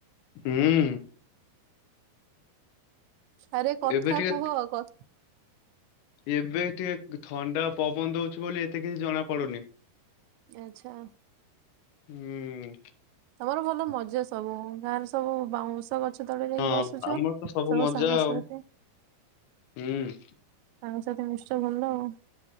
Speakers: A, on the left; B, on the right.
A: ହୁଁ।
B: ଆରେ କଥା
A: ଏବେ ଟିକେ
B: କୁହ କ
A: ଏବେ ଟିକେ ଥଣ୍ଡା ପବନ ଦଉଛି ବୋଲି ଏତେ କିଛି ଜଣା ପଡୁନି।
B: ଆଚଛା।
A: ହୁଁ
B: ତମର ଭଲ ମଜା ସବୁ ଗାଁରେ ସବୁ ବାଉଁ ସ ଗଛ ତଳେ ଯାଇକି
A: ହଁ
B: ବସୁଛ
A: ଆମର ତ
B: ସବୁ
A: ମଜା
B: ସାଙ୍ଗସାଥି
A: ଆଉ। ହୁଁ
B: ସାଙ୍ଗସାଥି ମିଶୁଛ ଭଲ ଆଉ।